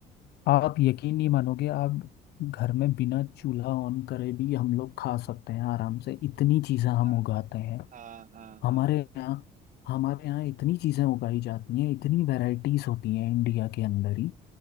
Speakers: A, on the left (about 75°); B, on the right (about 50°).
A: आप यकीन नहीं मानोगे आप घर में बिना चूल्हा ऑन करे भी हम लोग खा सकते हैं आराम से इतनी चीज़ें हम
B: हाँ
A: उगाते हैं
B: हाँ हाँ
A: हमारे
B: हाँ
A: यहाँ हमारे यहाँ इतनी चीज़ें उगाई जाती हैं इतनी वैरायटीज होती हैं इंडिया के अंदर ही